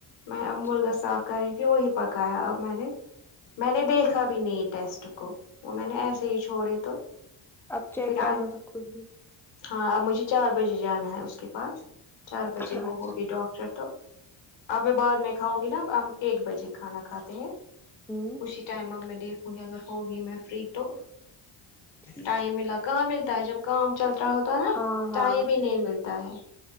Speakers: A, on the left; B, in the centre.
A: میں
B: اچھا
A: اب مرغا صاف کر رہی تھر وہی پکایا اب میں نے میں نے دیکھا بھی نہیں ٹیسٹ کو وہ میں نے ایسے ہی چھوڑے تو
B: اب چیک
A: پھر
B: کرنا
A: آئے
B: تھا خود بھی
A: ہاں اب مجھے چار بجے جانا ہے اس کے پاس چار بجے
B: اچھا
A: وہ ہوگی ڈاکٹر تو اب میں بعد میں کھاؤں گی نا اب ہم ایک بجے کھانا کھاتے ہیں
B: ہوں
A: اسی ٹائم اب میں دیکھوں گی اگر ہوگی میں فری تو
B: ٹھیک
A: ٹائم ملا کہاں ملتا ہے جب کام چل رہا ہوتا ہے نا
B: ہاں ہاں
A: ٹائم ہی نہیں ملتا ہے